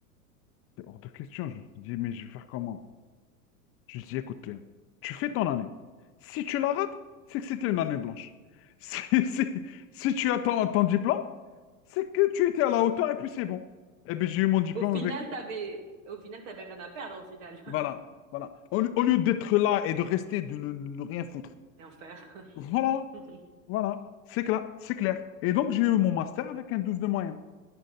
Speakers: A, on the left (about 30°); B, on the right (about 60°).
A: C'est hors de question. Je me dis mais je vais faire comment? Je me suis écoute, Léon, tu fais ton année. Si tu la rates, c'est que c'était une année blanche. <laughs> Si, si, si tu as ton ton diplôme, c'est que tu étais à la hauteur et puis c'est bon. Eh bien, j'ai eu mon diplôme
B: Au final,
A: avec.
B: t'avais, au final, t'avais rien à perdre au final. <laughs>
A: Voilà, voilà. Au, au lieu d'être là et de rester, de ne, ne rien foutre.
B: Rien faire.
A: Voilà,
B: <laughs>
A: voilà. C'est clair, c'est clair. Et donc, j'ai eu mon master avec un 12 de moyenne.